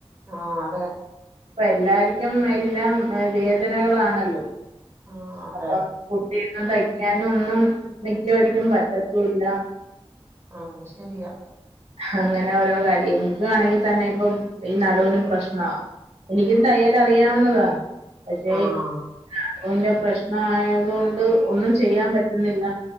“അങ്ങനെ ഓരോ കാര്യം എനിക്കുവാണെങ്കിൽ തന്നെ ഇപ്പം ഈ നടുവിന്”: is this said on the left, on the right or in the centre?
Right